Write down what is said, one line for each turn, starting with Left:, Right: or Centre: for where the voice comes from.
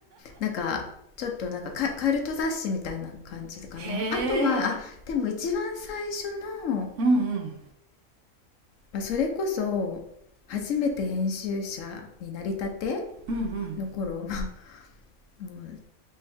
Left: なんかちょっとなんかカカルト雑誌みたいな感じかなあとはあでも一番最初の、
Right: へえ。
Left: ま
Right: うんうん。
Left: あ、それこそ初めて編集者になりたて
Right: うん
Left: の頃 <laughs> まあもう